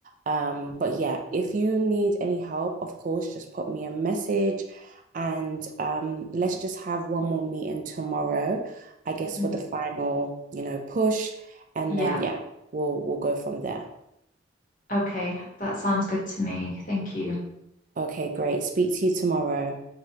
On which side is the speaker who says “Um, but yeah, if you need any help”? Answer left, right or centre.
Right